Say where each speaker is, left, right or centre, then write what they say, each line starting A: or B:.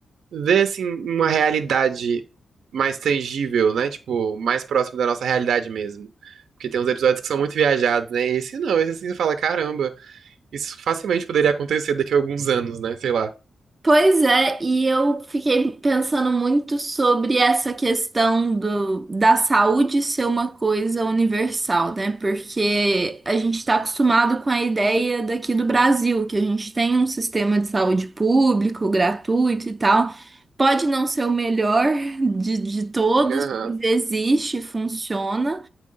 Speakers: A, on the right (about 80°); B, on the right (about 25°).
A: ver, assim, uma realidade mais tangível, né? Tipo, mais próximo da nossa realidade mesmo. Porque tem uns episódios que são muito viajados, né? Esse não, esse assim, você fala, caramba, isso facilmente poderia acontecer daqui a alguns anos, né? Sei lá.
B: Pois é, e eu fiquei pensando muito sobre essa questão do, da saúde ser uma coisa universal, né? Porque a gente está acostumado com a ideia daqui do Brasil, que a gente tem um sistema de saúde público, gratuito e tal. Pode não ser o melhor de, de todos,
A: Aham.
B: mas existe, funciona,